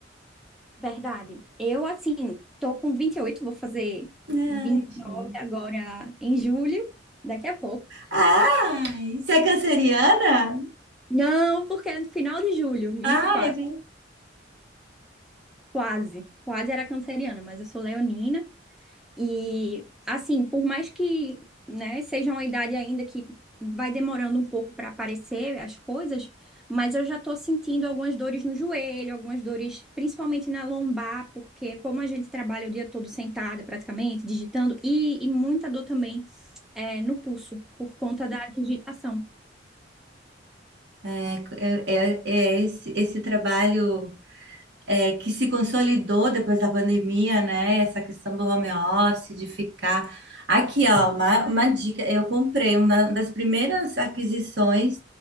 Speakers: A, in the centre; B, on the right (about 65°).
A: Verdade. Eu, assim, tô com vinte e oito vou fazer
B: Ai,
A: 29
B: gente.
A: agora em julho, daqui a pouco.
B: Ai, você é canceriana?
A: Não, porque é no final de julho, vinte
B: Ai,
A: e quatro
B: gente.
A: Quase. Quase era canceriana, mas eu sou leonina. E assim, por mais que, né, seja uma idade ainda que vai demorando um pouco para aparecer as coisas, mas eu já tô sentindo algumas dores no joelho, algumas dores principalmente na lombar, porque como a gente trabalha o dia todo sentada praticamente, digitando, e, e muita dor também é, no pulso, por conta da digitação.
B: é, é, é é esse, esse trabalho é, que se consolidou depois da pandemia, né? Essa questão do home office, de ficar. Aqui, ó, uma, uma dica: eu comprei uma das primeiras aquisições